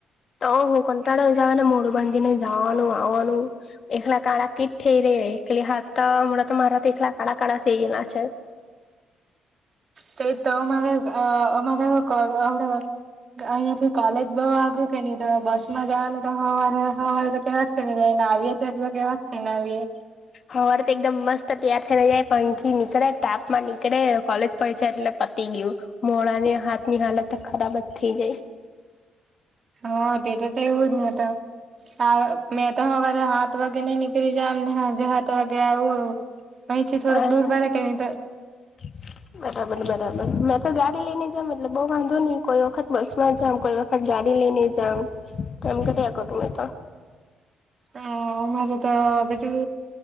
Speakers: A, on the left; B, on the right.
A: તો હું કંટાળો હિસાબ ને મોડું બાંધીને જાવાનું આવનું એખલા કાળ કીટઈ રેય. એકલી હાથ હમણાં તો મારા તો એકલા કાળા કાળા થઈ ગલા છે.
B: તે તો અમારા અમારા. <unintelligible> અહીિયાયા થી કોલેજ બહુ વાગ્યું કે નહી તો બસ માં જવા તો હવારે હવારે તો કેવા છે ને જાય. નાવી એ ત તો કઈ વાતત નાવી એ
A: હવાર તો એકદમ મસ્ત તૈયાર થઈ જાય પાણીથી નીકળે ટાપ માં નીકળે. કોલેજ પડ છે એટલે પ ટી ગયું મોડા ને હાથ ની હાલત ખરાબ જ થઈ જાય.
B: હા તે તો તો એવું જ નહી. હા મેં તો સવારે હાથ વાગે નઈ નીકળી જ અમને હજે હાથ વાગે આવું પહી થી
A: જાય
B: થોડક દૂર બરા કે નહી તો
A: <unintelligible> બરાબર બરાબર મેં તો ગાડી લઈ ને જમ એટલે બઉુ વાંધો નહી કોઈ વખત બસ માં જામ કોઈ વખત ગાડી દિલ્હી ન જામ એમ કેથી આકો તુંમે તો
B: હ મા તો તો એજું